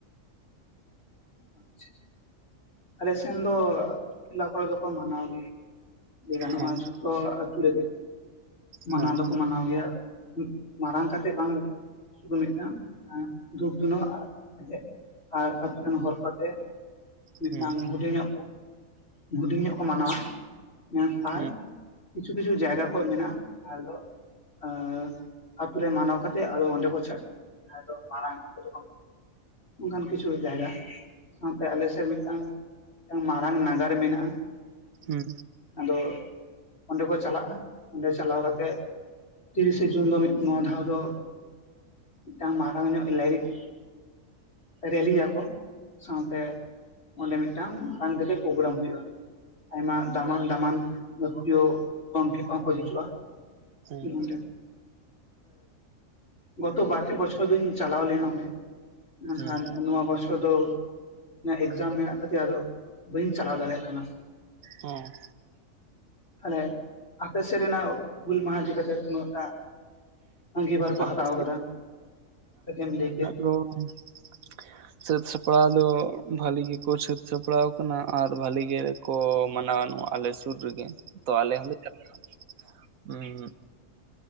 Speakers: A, on the left; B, on the right.
A: ᱟᱪᱪᱷᱟ ᱟᱞᱮ ᱥᱮᱱ ᱫᱚ ᱟᱛᱩ ᱴᱚᱞᱟ ᱠᱚᱨᱮ ᱫᱚᱠᱚ ᱢᱟᱱᱟᱣ ᱜᱮᱭᱟ ᱞᱟᱹᱭ ᱜᱟᱱᱚᱜᱼᱟ
B: ᱦᱮᱸ
A: ᱡᱷᱚ ᱛᱚ ᱨᱮᱜᱮ ᱢᱟᱱᱟᱣ
B: ᱦᱮᱸ
A: ᱫᱚᱠᱚ ᱢᱟᱱᱟᱣ ᱜᱮᱭᱟ ᱩᱸᱜ ᱢᱟᱨᱟᱝ ᱠᱟᱛᱮᱜ ᱵᱟᱝ ᱨᱮ ᱥᱩᱫᱩ ᱢᱤᱫᱴᱟᱝ ᱫᱷᱩᱯ ᱫᱷᱩᱱᱟᱹᱣᱟᱜ-ᱟ ᱟᱨ ᱟᱛᱩ ᱨᱮᱱ ᱦᱚᱲ ᱠᱚ ᱟᱛᱮ ᱢᱤᱫᱴᱟᱝ
B: ᱦᱩᱸ
A: ᱦᱩᱰᱤᱧ ᱧᱚᱜ ᱠᱚ ᱦᱩᱰᱤᱧ ᱧᱚᱜ ᱠᱚ ᱢᱟᱱᱟᱣᱟ ᱱᱮᱛᱟᱨ
B: ᱦᱩᱸ ᱦᱩᱸ ᱦᱩᱸ ᱦᱩᱸ ᱦᱩᱸ
A: ᱠᱤᱪᱷᱩ ᱠᱤᱪᱷᱩ ᱡᱟᱭᱜᱟ ᱠᱚ ᱢᱮᱱᱟᱜᱼᱟ ᱡᱟᱦᱟᱸ ᱨᱮᱫᱚ ᱮᱸᱻ ᱟᱛᱩ ᱨᱮ ᱢᱟᱱᱟᱣ ᱠᱟᱛᱮᱫ ᱟᱫᱚ ᱚᱸᱰᱮ ᱠᱚ ᱪᱟ ᱟᱫᱚ ᱢᱟᱨᱟᱝ ᱫᱚ ᱚᱱᱠᱟᱱ ᱠᱤᱪᱷᱩ ᱡᱟᱭᱜᱟ ᱥᱟᱶᱛᱮ ᱟᱞᱮ ᱥᱮᱫ ᱢᱤᱫ ᱴᱟᱝ ᱢᱤᱫᱴᱟᱝ ᱢᱟᱨᱟᱝ ᱱᱟᱜᱟᱨ ᱢᱮᱱᱟᱜᱼᱟ
B: ᱦᱩᱸ
A: ᱟᱫᱚ ᱚᱸᱰᱮᱠᱚ ᱪᱟᱞᱟᱜᱼᱟ ᱚᱸᱰᱮ ᱪᱟᱞᱟᱣ ᱠᱟᱛᱮᱜ ᱛᱤᱨᱤᱥᱮ ᱡᱩᱱ ᱫᱚ ᱢᱤᱫ ᱱᱚᱣᱟ ᱫᱷᱟᱣ ᱫᱚ ᱢᱤᱫᱴᱟᱝ ᱢᱟᱨᱟᱝ ᱧᱚᱜ ᱞᱟᱹᱭᱨᱤᱡ ᱨᱮᱞᱤᱭᱟᱠᱚ ᱥᱟᱶᱛᱮ ᱚᱸᱰᱮ ᱢᱤᱫᱴᱟᱝ ᱢᱟᱨᱟᱝ ᱫᱮᱠᱷᱮ ᱯᱳᱜᱨᱟᱢ ᱦᱩᱭᱩᱜᱼᱟ ᱟᱭᱢᱟ ᱫᱟᱢᱟᱱ ᱫᱟᱢᱟᱱ ᱜᱟᱹᱠᱷᱩᱲᱤᱭᱟᱹ ᱜᱚᱝᱠᱮ ᱠᱚᱦᱚᱸ ᱠᱚ ᱦᱤᱡᱩᱜᱼᱟ
B: ᱦᱩᱸ ᱦᱩᱸ
A: ᱚᱸᱰᱮ ᱜᱚᱛᱚ ᱵᱟᱨᱯᱮ ᱵᱚᱪᱷᱚᱨ ᱫᱩᱧ ᱪᱟᱞᱟᱣ ᱞᱮᱱᱟ ᱚᱸᱰᱮ ᱢᱮᱱᱠᱷᱟᱱ
B: ᱦᱩᱸ
A: ᱱᱚᱣᱟ ᱵᱚᱪᱷᱚᱨ ᱫᱚ ᱮᱜ ᱡᱟᱢ ᱢᱮᱱᱟᱜ ᱠᱷᱟᱹᱛᱤᱨ ᱟᱫᱚ ᱵᱟᱹᱧ ᱪᱟᱞᱟᱣ ᱫᱟᱲᱮᱭᱟᱜ ᱠᱟᱱᱟ
B: ᱚᱸ
A: ᱛᱟᱦᱞᱮ ᱟᱯᱮ ᱥᱮᱜ ᱨᱮᱱᱟᱜ ᱦᱩᱞ ᱢᱟᱸᱦᱟ ᱤᱫᱤ ᱠᱟᱛᱮ ᱩᱱᱟᱜ ᱴᱟᱜ ᱟᱺᱜᱤᱵᱟᱨ ᱠᱚ
B: ᱟᱯᱮ
A: ᱦᱟᱛᱟᱣ
B: ᱥᱮᱫ
A: ᱠᱟᱫᱟ ᱡᱮ ᱪᱮᱫ ᱮᱢ ᱞᱟᱹᱭ ᱠᱮᱭᱟ
B: ᱚ <inaudible>
A: <inaudible>
B: ᱥᱟᱹᱛ ᱥᱟᱯᱲᱟᱣ ᱫᱚ ᱵᱷᱟᱞᱤ ᱜᱮᱠᱚ ᱥᱟᱹᱛ ᱥᱟᱯᱲᱟᱣ ᱟᱠᱟᱱᱟ ᱟᱨ ᱵᱷᱟᱞᱤ ᱜᱮ ᱠᱚ ᱢᱟᱱᱟᱣᱟ ᱱᱚᱣᱟ ᱟᱞᱮ ᱥᱩᱨ ᱨᱮᱜᱮ ᱛᱚ ᱟᱞᱮ ᱦᱚᱸᱞᱮ ᱪᱟᱞᱟᱜᱼᱟ ᱩᱸᱻᱜ